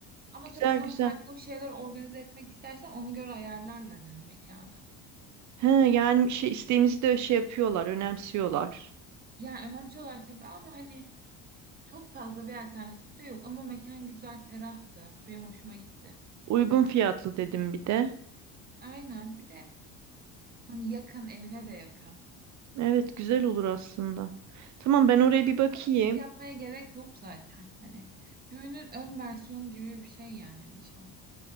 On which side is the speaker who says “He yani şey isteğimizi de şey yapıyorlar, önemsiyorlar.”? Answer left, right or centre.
Right